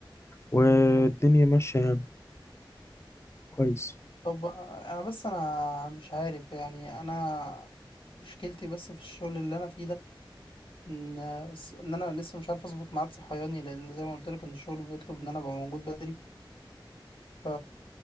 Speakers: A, on the left (about 30°); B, on the left (about 85°).
A: والدنيا ماشية يعني كويس
B: طب انا بس انا مش عارف يعني انا مشكلتي بس في الشغل اللي انا فيه ده ان ان انا لسه مش عارف اظبط ميعاد صحياني لان زي ما قلت لك ان الشغل بيطلب ان انا ابقى موجود بدري ف